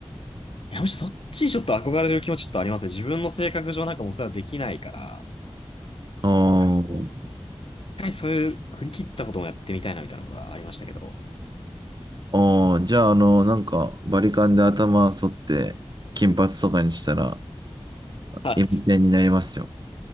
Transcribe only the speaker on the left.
いや、むしろそっちにちょっと憧れる気持ちちょっとありますね。自分の性格上なんかもうそれはできないから、
なんか、一回そういう振り切ったこともやってみたいなみたいなのがありましたけど。
はい